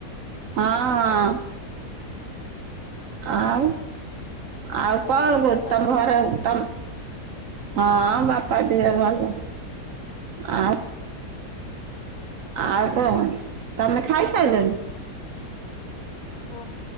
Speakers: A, on the right; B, on the left.
A: ହଁ। ଆଉ ଆଉ କଁ
B: ଆପଣଙ୍କ
A: କହୁ
B: ଦେହ ପା
A: ତମ
B: ଭଲ?
A: ଘରେ ତମ୍ ହଁ ବାପା ଦେହ ଭଲ ଆ ଆଉ କଁ ତମେ ଖାଇସାରିଲନି?
B: ହଁ